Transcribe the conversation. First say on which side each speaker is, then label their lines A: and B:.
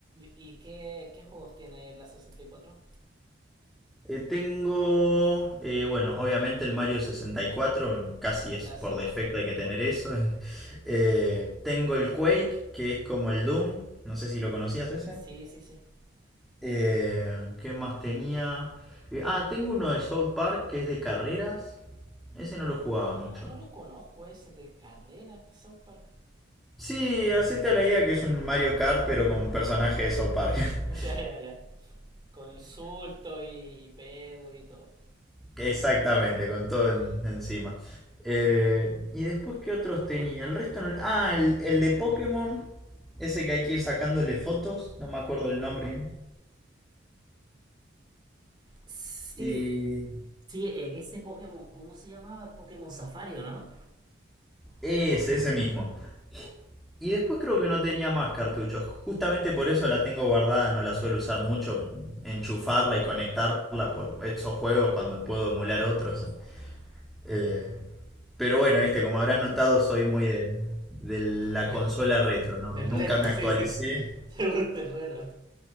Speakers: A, on the right; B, in the centre.
A: ¿y qué, qué juegos tiene ahí en la 64?
B: Eh, tengo, eh, bueno, obviamente el Mario sesenta y cuatro. casi
A: Un clásico.
B: es por defecto hay que tener eso. <laughs> Eh, tengo el Quake, que es como el Doom, no sé si lo conocías ese.
A: Sí, sí, sí.
B: Eh, ¿qué más tenía? Eh, ah, tengo uno de South Park que es de carreras. Ese no
A: Ah,
B: lo jugaba
A: qué-
B: mucho.
A: ah, no lo conozco ese de carreras de South Park.
B: Sí, hacete la idea que es un Mario Kart, pero con personaje de South Park. <laughs>
A: <laughs> Ya, ya, ya. Con insultos y pedo y todo.
B: Exactamente, con todo en- encima. Eh, y después, ¿qué otros tenía? El resto no... Ah, el, el de Pokémon. Ese que hay que ir sacándole fotos. No me acuerdo el nombre.
A: Sí,
B: Y...
A: Sí, eh, ese Pokémon, ¿cómo se llamaba? El Pokémon Safari, ¿o ¿no?
B: Ese, ese mismo. Y después creo que no tenía más cartuchos. Justamente por eso la tengo guardada, no la suelo usar mucho. Enchufarla y conectarla por esos juegos cuando puedo emular otros. Eh, pero bueno, viste, como habrás notado, soy muy de, de la
A: Del,
B: consola retro, ¿no?
A: del
B: Nunca
A: retro,
B: me
A: sí,
B: actualicé.
A: sí. <laughs> Me gusta el retro.